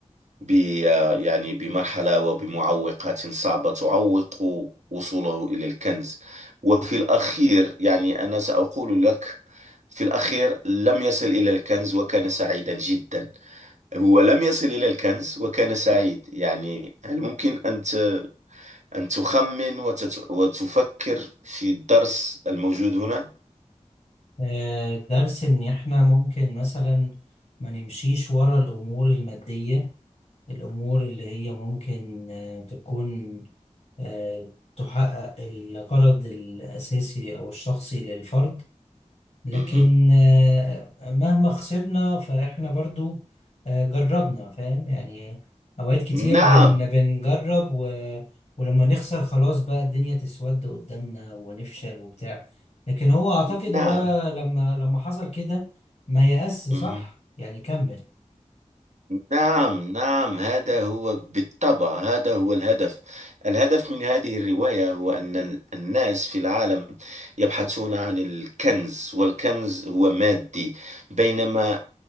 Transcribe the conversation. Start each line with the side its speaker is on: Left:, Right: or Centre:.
Right: ب آه يعني بمرحلة وبمعوقات صعبة تعوق وصوله إلى الكنز وفي الأخير يعني أنا سأقول لك في الأخير لم يصل إلى الكنز وكان سعيدا جدا هو لم يصل إلى الكنز وكان سعيد يعني هل ممكن أنت أن تخمن وتت... وتفكر في الدرس الموجود هنا
Left: آه، درس إن إحنا ممكن مثلا ما نمشيش ورا الأمور المادية الأمور اللي هي ممكن آه، تكون آه، تحقق الغرض الأساسي أو الشخصي للفرد لكن
Right: مهم.
Left: آه، مهما خسرنا فإحنا برضو آه، جربنا فاهم يعني أوقات كتير
Right: نعم
Left: بن بنجرب و... ولما نخسر خلاص بقى الدنيا تسود قدامنا ونفشل وبتاع لكن هو أعتقد
Right: نعم
Left: هو لما لما حصل كده ما يأس صح
Right: مهم.
Left: يعني كمل
Right: نعم نعم هذا هو بالطبع هذا هو الهدف الهدف من هذه الرواية هو أن ال- الناس في العالم يبحثون عن الكنز والكنز هو مادي بينما